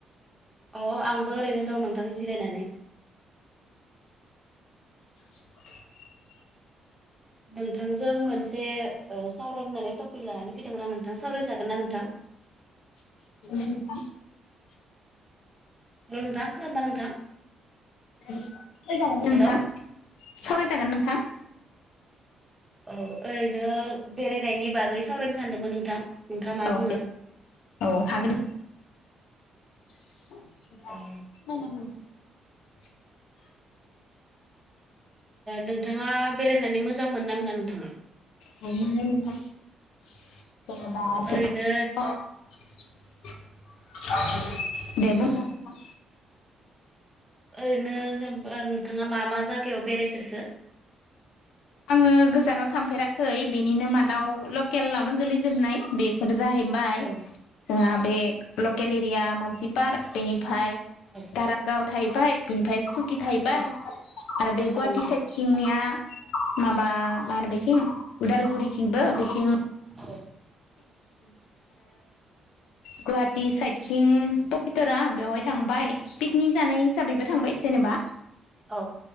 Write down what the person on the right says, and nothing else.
अ आंबो ओरैनो दं नोंथां जिरायनानै
नोंथांजों मोनसे सावरायनानै टपिक लानानै नोंथां सावरायजागोन ना नोंथां
हेलौ नोंथां खोनादोना नोंथां
हेलौ
औ ओरैनो बेरायनायनि बागै सावरायनो सानदोंमोन नोंथां नोंथाङा मा
बुङो
ओ नोंथाङा बेरायनानै मोजां मोन ना मोना नोंथाङा
औ ओरैनो
औ
ओरैनो जेनबा नोंथाङा मा मा जायागायाव बेरायफेरखो
औ
औ
औ
औ नोंथां
ए
औ
औ